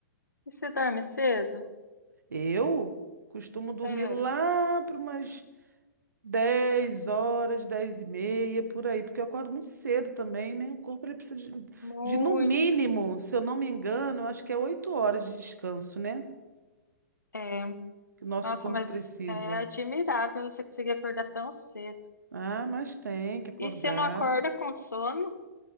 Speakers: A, on the left; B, on the right.
A: E você dorme cedo?
B: Eu costumo dormir
A: É,
B: lá para umas 10 horas, 10 e meia, por aí, porque eu acordo muito cedo também, né? O corpo ele precisa de,
A: muito.
B: de, no mínimo, se eu não me engano, eu acho que é 8 horas de descanso, né?
A: É.
B: Que o nosso
A: Nossa,
B: corpo
A: mas
B: precisa.
A: é admirável você conseguir acordar tão cedo.
B: Ah, mas tem que acordar.
A: E você não acorda com sono?